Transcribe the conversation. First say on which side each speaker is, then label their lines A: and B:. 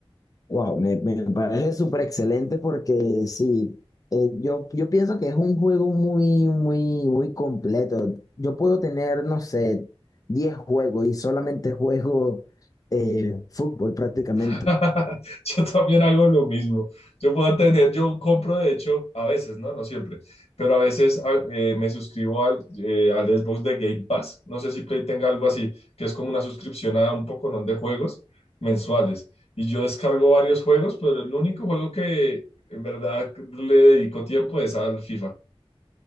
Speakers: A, on the left (about 35°); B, on the left (about 85°).
A: Wow, me, me parece súper excelente porque sí, eh, yo, yo pienso que es un juego muy, muy, muy completo. Yo puedo tener, no sé, 10 juegos y solamente juego eh, fútbol prácticamente.
B: <laughs> Yo también hago lo mismo. Yo puedo tener, yo compro de hecho, a veces, ¿no? No siempre, pero a veces a- eh, me suscribo al, eh, al Xbox de Game Pass. No sé si Play tenga algo así, que es como una suscripción a un poconón de juegos mensuales. Y yo descargo varios juegos, pero el único juego que en verdad le dedico tiempo es al FIFA.